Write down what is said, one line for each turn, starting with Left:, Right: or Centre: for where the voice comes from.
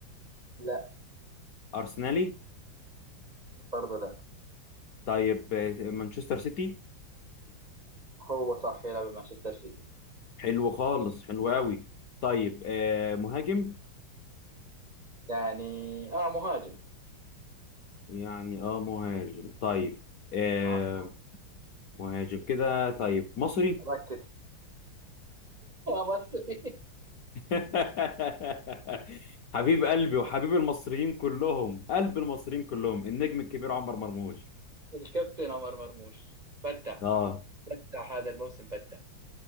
Right: لا
Left: أرسنالي
Right: برضه لا
Left: طيب آه، مانشستر سيتي
Right: هو صح يلعب بمانشستر سيتي
Left: حلو خالص حلو قوي طيب آه، مهاجم
Right: يعني اه مهاجم
Left: يعني اه مهاجم طيب آه،
Right: اه مهاجم.
Left: مهاجم كده طيب مصري
Right: ركز <laughs> مصري
Left: <laughs> حبيب قلبي وحبيب المصريين كلهم قلب المصريين كلهم النجم الكبير عمر مرموش
Right: الكابتن عمر مرموش بدع
Left: اه
Right: بدع هذا الموسم بدع